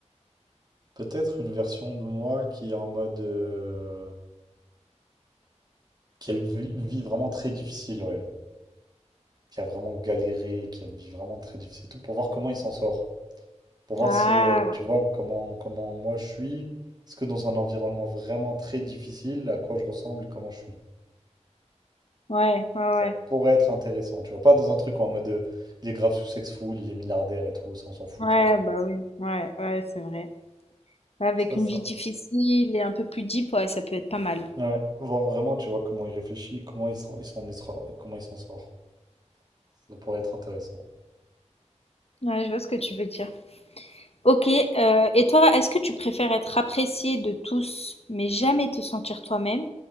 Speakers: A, on the right; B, on the left.
A: peut-être une version de moi qui est en mode... euh, qui a une vie, une vie vraiment très difficile, ouais. Qui a vraiment galéré, qui a une vie vraiment très difficile, et tout pour voir comment il s'en sort. pour voir
B: Ah,
A: si euh,
B: ouais,
A: tu vois comment, comment moi je suis. Est-ce que dans un environnement vraiment très difficile, à quoi je ressemble et comment je suis?
B: ouais, ouais,
A: Ça
B: ouais,
A: pourrait être intéressant, tu vois. Pas dans un truc où en mode euh, il est grave sous-sexful, il est milliardaire et tout, ça on s'en fout,
B: Ouais,
A: tu vois.
B: bah oui, ouais, ouais, c'est vrai. Avec
A: C'est pas
B: une
A: ça.
B: vie difficile et un peu plus deep, ouais, ça peut être pas mal.
A: Ouais, voir vraiment, tu vois, comment il réfléchit, comment il s'en il s'en est sor- comment il s'en sort. Ça pourrait être intéressant.
B: Ouais, je vois ce que tu veux dire. Ok, euh, et toi, est-ce que tu préfères être apprécié de tous, mais jamais te sentir toi-même,